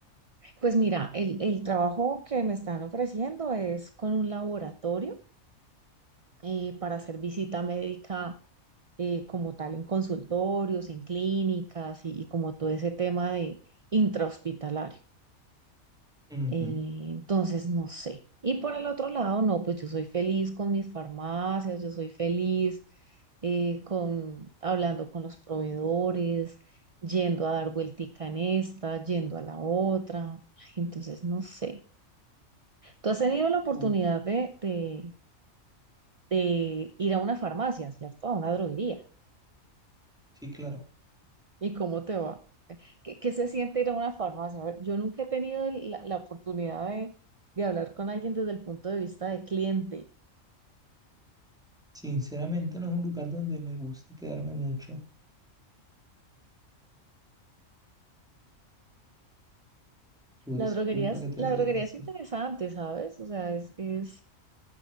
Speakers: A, on the right; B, in the centre.
A: Pues mira, el, el trabajo que me están ofreciendo es con un laboratorio eh, para hacer visita médica eh, como tal en consultorios, en clínicas y, y como todo ese tema de intrahospitalario.
B: Ujú.
A: Eh, entonces, no sé. Y por el otro lado, no, pues yo soy feliz con mis farmacias, yo soy feliz eh, con hablando con los proveedores, yendo a dar vueltica en esta, yendo a la otra. Ay, Entonces, no sé. Tú has tenido la oportunidad
B: Uf,
A: de, de, de ir a una farmacia, ¿cierto? A una droguería.
B: sí, claro.
A: ¿Y cómo te va? ¿Qué, qué se siente ir a una farmacia? A ver, yo nunca he tenido el- la, la oportunidad de, de hablar con alguien desde el punto de vista de cliente.
B: Sinceramente no es un lugar donde me gusta quedarme mucho. Tu disculpa
A: La droguería es,
B: que te
A: la
B: lo
A: droguería
B: diga así.
A: es interesante, ¿sabes? O sea, es, es,